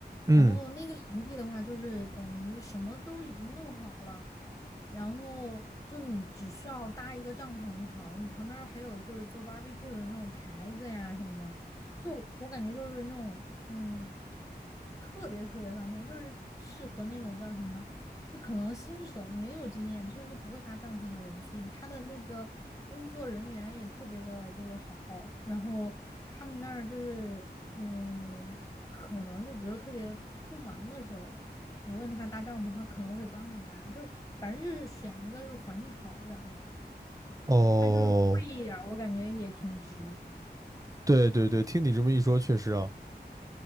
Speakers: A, on the right; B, on the left.
A: 嗯，
B: 然后那个营地的话，就是等于什么都已经弄好了，然后就你只需要搭一个帐篷就好了，你旁边儿还有就是做 barbecue 的那种台子呀什么的，就我感觉就是那种嗯特别特别方便，就是适合那种叫什么呢？就可能新手你没有经验，你甚至都不会搭帐篷的人去。他的那个工作人员也特别的就是好，然后他们那儿就是嗯，可能就比如说特别不忙的时候，你问他搭帐篷，他可能会帮你搭，就是反正就是选一个就是环境好一点儿的，
A: 哦，
B: 他就是贵一点儿，我感觉也挺值。
A: 对对对，听你这么一说，确实啊，